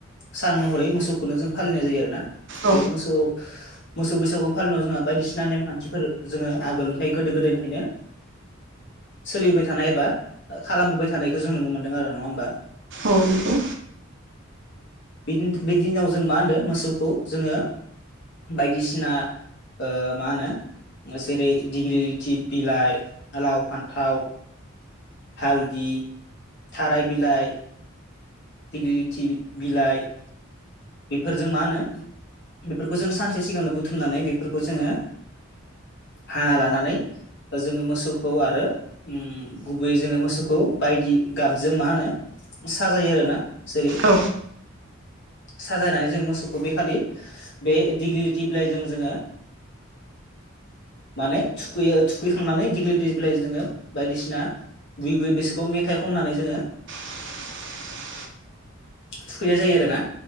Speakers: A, on the left; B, on the right.
A: सान महरै मोसौखौनो जों फालिनाय जायो आरोना
B: औ
A: बे मोसौआव मोसौ बैसागु फालिनायाव जोंहा बायदिसिना नेमखान्थिफोर जोङो आगोलनिफ्राय गोदो गोदायनिफ्रायनो सोलिबोबाय थानाय एबा खालामबोबाय थानायखौ जों नुनो मोनदों आरो नङा होमबा
B: औ नंगौ
A: बिदि बै दिनाव जों मा होनो मोसौखौ जोङो बायदिसिना मा होनो जेरै डिग्रिलिथि बिलाइ लाव फान्थाव हालदि थाराय बिलाइ दिग्लि लिथि बिलाइ बेफोरजों मा होनो बेफोरखौ जों सानसे सिगांनो बुथुमनानै बेफोरखौ जोङो हाना लानानै जोङो मोसौखौ आरो गुबैयै जोङो मोसौखौ बायदि गाबजों मा होनो साजायो आरो ना जेरै
B: औ
A: साजायनानै जों मोसौखौ बेखालि बे दिग्लिलिथि बिलाइजों जोङो माने थुखैयो थुखैखांनानै दिग्लिलिटि जोङो बायदिसिना बुयै बुयै बिसोरखौ मेथाइ खननानै जोङो
B: <inaudible>
A: थुखैनाय जायो आरो ना